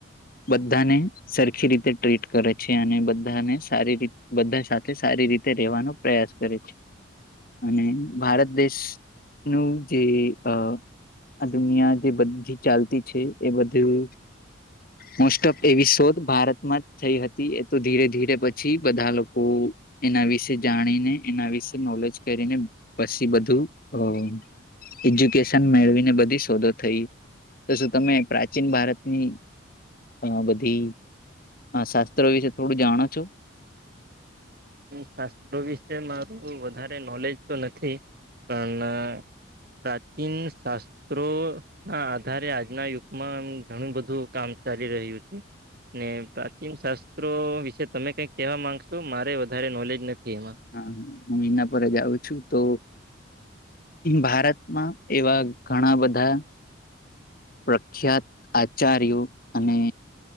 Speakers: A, on the left; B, on the right.
A: બધાને સરખી રીતે ટ્રીટ કરે છે અને બધાને સારી રીતે બધા સાથે સારી રીતે રેવાનો પ્રયાસ કરે છે. અને ભારત દેશ નું જે અ આ દુનિયા જે બધી ચાલતી છે એ બધું મોસ્ટ ઓફ એવી શોધ ભારતમાં જ થઈ હતી એ તો ધીરે ધીરે પછી બધા લોકો એના વિશે જાણીને એના વિશે નોલેજ કરીને પછી બધું અ એજ્યુકેશન મેળવીને બધ શોધો થઈ તો શું તમે પ્રાચીન ભારતની અ બધી શાસ્ત્રો વિશે થોડું જાણો છો?
B: શાસ્ત્રો વિશે મારું વધારે નોલેજ તો નથી પણ પ્રાચીન શાસ્ ત્રો ના આધારે આજના યુગમાં ઘણું બધું કામ ચાલી રહ્યું છે. ને પ્રાચીન શાસ્ત્રો વિશે તમે કઈક કહેવા માંગશો મારે વધારે નોલેજ નથી એમાં
A: હા હું એના પર જ આવું છું તો ભારતમાં એવા ઘણા બધા પ્રખ્યાત આચાર્યો અને